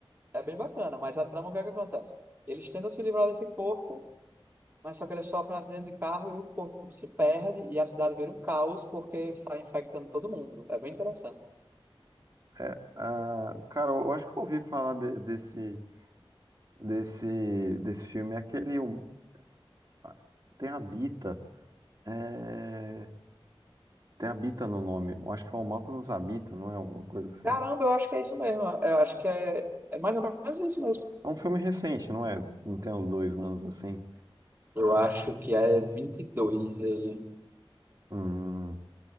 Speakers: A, on the right; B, on the right.
A: é bem bacana, mas a trama, o que é que acontece? Eles tentam se livrar desse corpo, mas só que eles sofrem um acidente de carro e o corpo se perde e a cidade vira um caos porque sai infectando todo mundo. É bem interessante.
B: É, ah, cara, eu acho que eu ouvi falar de- desse, desse, desse filme, é aquele, hum, ah, tem Habita, é, tem Habita no nome, eu acho que é o Mal que nos habita, não é alguma coisa assim?
A: Caramba, eu acho que é isso mesmo. Eu acho que é, é mais ou menos isso mesmo.
B: É um filme recente, não é? Não tem uns dois anos assim.
A: Eu acho que é 22 ele.
B: Hum,